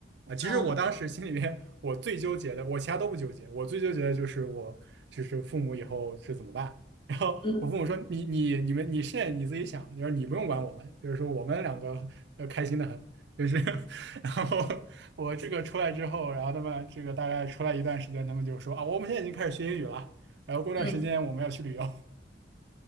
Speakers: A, on the right; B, on the left.
A: 啊。其实我当时心里面我最纠结的，
B: 嗯
A: 我其他都不纠结，我最纠结的就是我就是父母以后是怎么办。<laughs> 然后我父母说：
B: 嗯
A: “你你你们你是你自己想，就是你不用管我们，就是说我们两个要开心的很。”就是，<laughs> 然后我这个出来之后，然后他们这个大概出来一段时间，他们就说：“啊，我们现在已经开始学英语了，然后过段时间我们要去旅游。”
B: 嗯